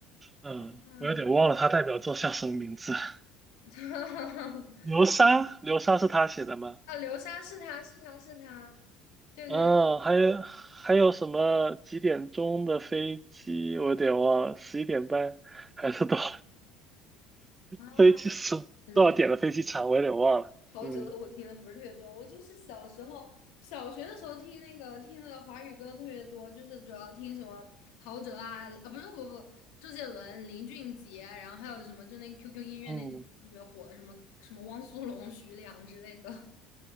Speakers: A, on the right; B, on the left.
A: 嗯，
B: 啊。
A: 我有点忘了他代表作叫什么名字，<laughs>
B: <laughs>
A: 流沙，流沙是他写的吗？
B: 啊，流沙是他是他是他，对对
A: 嗯，还有还有什么几点钟的飞机？我有点忘了，十一点半还是多少
B: 啊，
A: 飞机是多少点的飞机场？
B: 真的，
A: 我有点忘了。
B: 陶喆的我听的不是特别多，
A: 嗯
B: 我就是小时候小学的时候听那个听的华语歌特别多，就是主要听什么陶喆啊啊不是不不周杰伦、林俊杰，然后还有什么就那 QQ 音乐那几个特别火的什么什么汪苏泷、
A: 嗯，
B: 徐良之类的。